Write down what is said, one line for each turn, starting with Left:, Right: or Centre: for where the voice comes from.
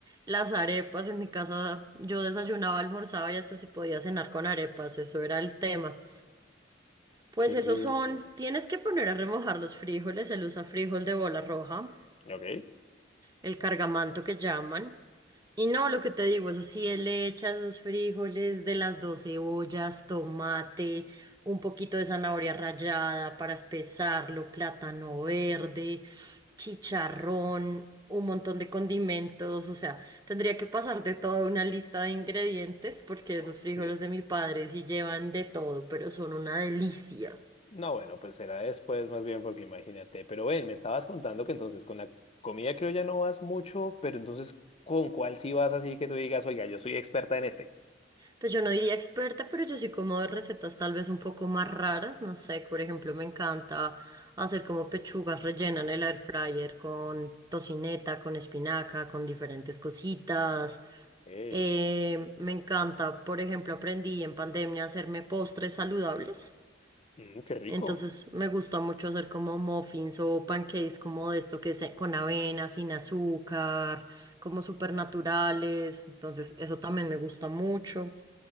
Right: Las arepas en mi casa, yo desayunaba, almorzaba y hasta se podía cenar con arepas, eso era el tema. Pues
Left: Qué
Right: esos
Left: rico.
Right: son, tienes que poner a remojar los frijoles, el usa frijol de bola roja,
Left: ¿Ok?
Right: el cargamanto que llaman. Y no, lo que te digo, eso sí, él le echa esos frijoles de las dos cebollas, tomate, un poquito de zanahoria rallada para espesarlo, plátano verde, chicharrón, un montón de condimentos, o sea, tendría que pasar de toda una lista de ingredientes porque
Left: Ok.
Right: esos frijoles de mi padre sí llevan de todo, pero son una delicia.
Left: No, bueno, pues será después más bien porque imagínate. Pero ven, me estabas contando que entonces con la comida creo ya no vas mucho, pero entonces ¿con cuál sí vas así que tú digas, oiga, yo soy experta en este?
Right: Pues yo no diría experta, pero yo sí como de recetas tal vez un poco más raras, no sé, por ejemplo, me encanta hacer como pechugas rellenas en el air fryer con tocineta, con espinaca, con diferentes cositas.
Left: Ey,
Right: Eh, me encanta, por ejemplo, aprendí en pandemia a hacerme postres saludables.
Left: mm, qué rico.
Right: Entonces me gusta mucho hacer como muffins o pancakes como de esto que es eh, con avena, sin azúcar, como súper naturales. Entonces eso también me gusta mucho.